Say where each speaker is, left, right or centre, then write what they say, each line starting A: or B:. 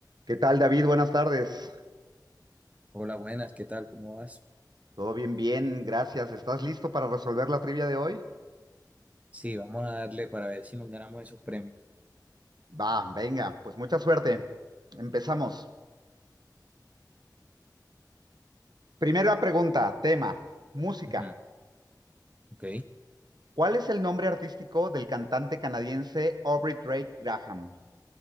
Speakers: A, on the right; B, on the right.
A: ¿Qué tal, David? Buenas tardes.
B: Hola, buenas, ¿qué tal? ¿Cómo vas?
A: Todo bien, bien, gracias. ¿Estás listo para resolver la trivia de hoy?
B: Sí, vamos a darle para ver si nos ganamos esos premios.
A: Va, venga, pues mucha suerte. Empezamos. Primera pregunta, tema, música.
B: Ujú, ok.
A: ¿Cuál es el nombre artístico del cantante canadiense Aubrey Drake Graham?